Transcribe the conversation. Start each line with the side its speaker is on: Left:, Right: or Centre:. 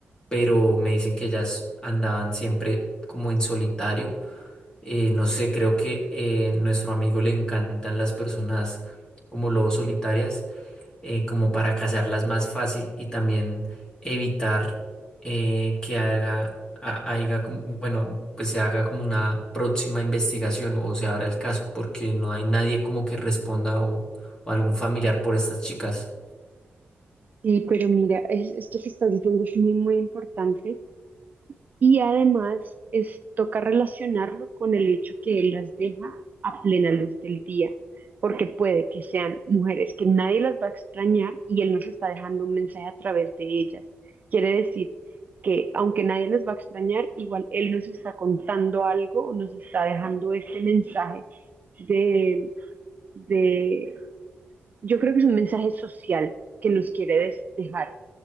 Left: pero me dicen que ellas andaban siempre como en solitario. Eh, no sé, creo que eh, nuestro amigo le encantan las personas como lobos solitarias eh, como para cazarlas más fácil y también evitar eh, que haga, ha- haiga como- bueno, pues se haga como una próxima investigación o se abra el caso, porque no hay nadie como que responda o, o algún familiar por estas chicas.
Right: Sí, pero mira, es, esto que estás diciendo es muy, muy importante y además es, toca relacionarlo con el hecho que él las deja a plena luz del día, porque puede que sean mujeres que nadie las va a extrañar y él nos está dejando un mensaje a través de ellas. Quiere decir que aunque nadie les va a extrañar, igual él nos está contando algo o nos está dejando este mensaje de, de, yo creo que es un mensaje social que nos quiere des- dejar